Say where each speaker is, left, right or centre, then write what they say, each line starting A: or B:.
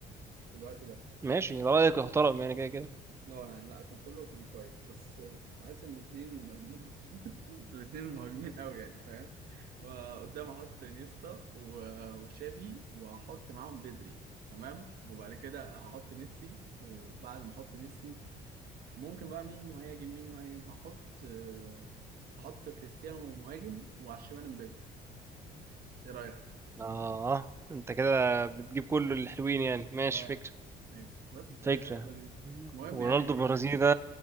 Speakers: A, on the right (about 65°); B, on the right (about 15°).
A: في الوقت ده
B: ماشي ده رايك محترم يعني كده كده
A: لا يعني لا كانسيلو كان كويس بس آه، بحس ان الاثنين <laughs> الاثنين مهاجمين قوي يعني فاهم وقدام احط نيستا و- وتشافي واحط معاهم بدري تمام وبعد كده هحط ميسي وبعد ما احط ميسي ممكن بقى مين مهاجم مين مهاجم هحط آه، هحط كريستيانو مهاجم وعلى الشمال امبابي ايه رايك
B: اه انت كده بتجيب كل الحلوين يعني ماشي
A: اه
B: فكره
A: ماشي بس فهي
B: فكره
A: لذيذ المهم
B: ورونالدو
A: يعني
B: البرازيلي ده